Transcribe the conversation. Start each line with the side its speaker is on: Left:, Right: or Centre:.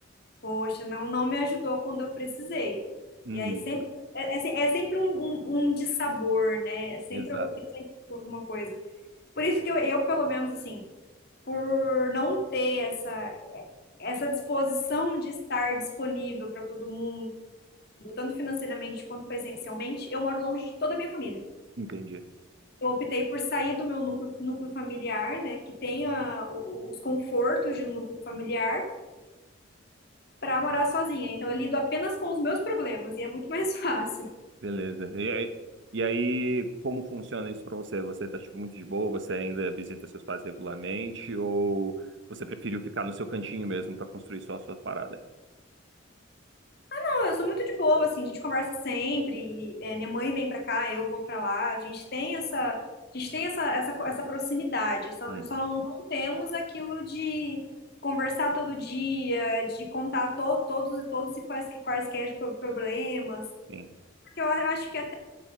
Left: poxa, não, não me ajudou quando eu precisei.
Right: Hum,
Left: E aí sempre é, é se- é sempre um, um, um dissabor, né? É sempre,
Right: exato,
Left: algu- tem sempre alguma coisa. Por isso que eu, eu, pelo menos, assim, por não ter essa, essa disposição de estar disponível para todo mundo, tanto financeiramente quanto presencialmente, eu moro longe de toda a minha família.
Right: entendi.
Left: eu optei por sair do meu núcleo, núcleo familiar, né, que tem a- o- os confortos de um núcleo familiar, para morar sozinha. Então eu lido apenas com os meus problemas e é muito mais <laughs> fácil.
Right: Beleza. E aí, e aí, como funciona isso pra você? Você tá, tipo, muito de boa? Você ainda visita seus pais regularmente? Ou você preferiu ficar no seu cantinho mesmo pra construir só a sua parada?
Left: Não, eu sou muito de boa, assim, a gente conversa sempre, é, minha mãe vem para cá, eu vou para lá, a gente tem essa, a gente tem essa, essa, co- essa proximidade, só,
Right: Hum,
Left: só não temos aquilo de conversar todo dia, de contar to, todos e todos e quais, quaisquer pro- problemas.
Right: sim.
Left: Porque eu acho que é